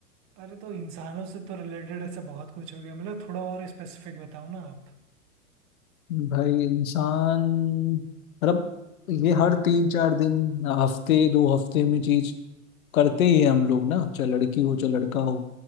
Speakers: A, on the right; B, on the left.
A: अरे तो इंसानों से तो रिलेटेड ऐसा बहुत कुछ हो गया मतलब थोड़ा और स्पेसिफिक बताओ ना आप
B: भाई इंसान मतलब ये हर तीन चार दिन हफ्ते दो हफ्ते में चीज करते ही है हम लोग ना चाहे लड़की हो चाहे लड़का हो